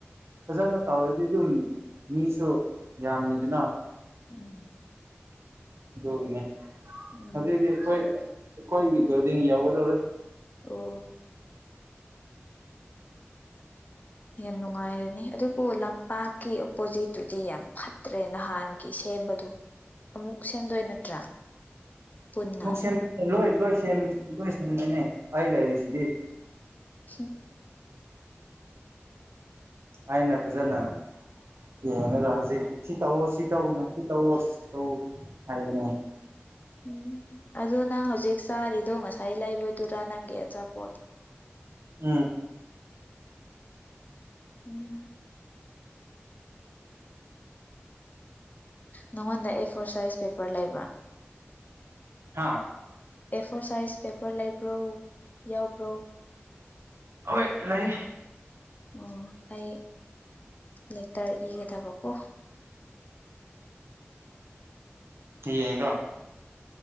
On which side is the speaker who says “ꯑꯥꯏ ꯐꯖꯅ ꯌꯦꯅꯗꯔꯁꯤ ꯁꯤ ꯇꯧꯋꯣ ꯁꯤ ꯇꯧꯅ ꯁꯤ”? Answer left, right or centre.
Right